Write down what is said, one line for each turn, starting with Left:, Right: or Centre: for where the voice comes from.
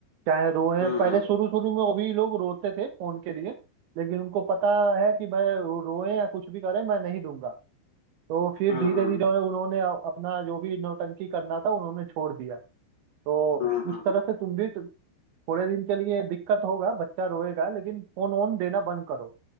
Right: चाहे रोए
Left: हम्म
Right: पहले
Left: हम्म
Right: शुरू शुरू में वो भी लोग रोते थे फोन के लिए लेकिन उनको पता है कि मैं रोए या कुछ भी करे मैं नहीं दूंगा तो फिर
Left: हम्म
Right: धीरे
Left: हम्म
Right: धीरे
Left: हम्म
Right: उन्होंने अपना जो भी नौटंकी करना था उन्होंने छोड़ दिया तो
Left: हम्म, हम्म,
Right: इस तरह से तुम भी थोड़े दिन के लिए दिक्कत होगा बच्चा रोएगा लेकिन फोन ऑन देना बंद करो